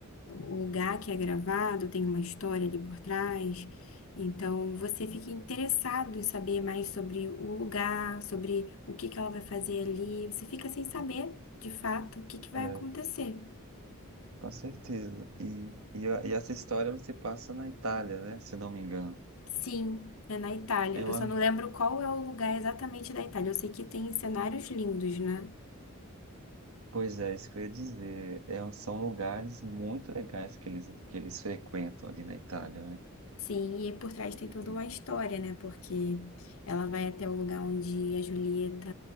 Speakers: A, on the left (about 65°); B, on the right (about 75°).
A: O lugar que é gravado tem uma história ali por trás, então você fica interessado em saber mais sobre o lugar, sobre o que que ela vai fazer ali, você fica sem saber, de fato, o que que vai
B: É,
A: acontecer.
B: com certeza. E, e, a- e essa história ela se passa na Itália, né? Se não me engano.
A: Sim, é na Itália.
B: Eu,
A: Eu só
B: a-
A: não lembro qual é o lugar exatamente da Itália. Eu sei que tem cenários lindos, né?
B: Pois é, isso que eu ia dizer. É, um, são lugares muito legais que eles, que eles frequentam ali na Itália, né?
A: Sim, e por trás tem
B: E,
A: toda uma história, né? Porque ela vai até o lugar onde a Julieta